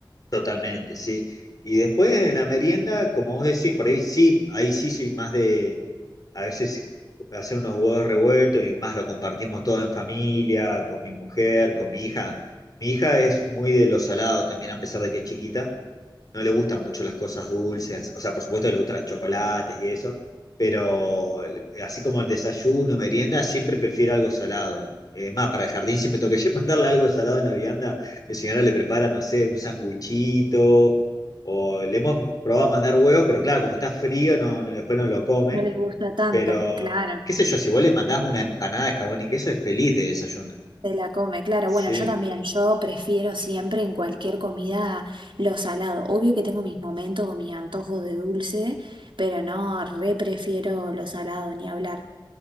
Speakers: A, on the left; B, on the right.
A: Totalmente, sí. Y después en la merienda, como vos decís, por ahí sí, ahí sí soy más de a veces hacer unos huevos revueltos y más lo compartimos todo en familia, con mi mujer, con mi hija. Mi hija es muy de lo salado también, a pesar de que es chiquita. No le gustan mucho las cosas dulces, o sea, por supuesto que le gustan los chocolates y eso, pero el- así como el desayuno, merienda, siempre prefiere algo salado. Es más, para el jardín siempre tengo que <laughs> mandarle algo salado en la vianda mi señora le prepara, no sé, un sanguchito, o le hemos probado a mandar huevos, pero claro, como está frío, no, no- después no lo come.
B: No les gusta tanto,
A: Pero,
B: claro,
A: qué sé yo, si vos le mandás una empanada de jamón y queso, es feliz de desayuno.
B: se la come, claro.
A: Sí,
B: Bueno, yo también, yo prefiero siempre en cualquier comida lo salado. Obvio que tengo mis momentos o mis antojos de dulce, pero no, re prefiero lo salado, ni hablar.